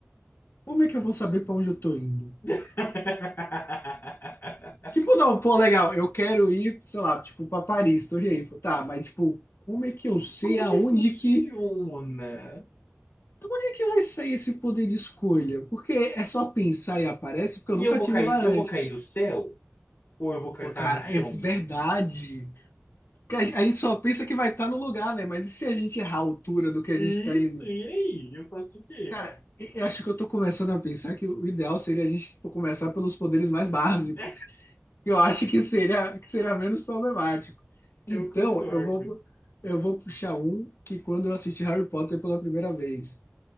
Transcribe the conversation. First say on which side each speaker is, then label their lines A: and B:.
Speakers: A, on the left (about 80°); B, on the left (about 55°).
A: como é que eu vou saber para onde eu tô indo?
B: <laughs>
A: Tipo, não, pô, legal, eu quero ir, sei lá, tipo, pra Paris, Torre Eiffel, tá, mas tipo, como é que eu sei
B: Como
A: aonde
B: que funciona?
A: que, como é que vai sair esse poder de escolha? Porque é só pensar e aparece, porque
B: E
A: eu nunca
B: eu vou
A: tive
B: cair,
A: lá antes.
B: eu vou cair do céu? Ou eu vou cair,
A: Pô, cara,
B: tá no chão?
A: é verdade. Porque A gen- a gente só pensa que vai estar no lugar, né? Mas e se a gente errar a altura do que a
B: Isso,
A: gente tá indo?
B: e aí? Eu faço o quê?
A: Cara, eu acho que eu tô começando a pensar que o ideal seria a gente tipo, começar pelos poderes mais básicos.
B: <laughs>
A: que eu acho que seria, que seria menos problemático. Então,
B: Eu concordo.
A: eu vou, eu vou puxar um que quando eu assisti Harry Potter pela primeira vez,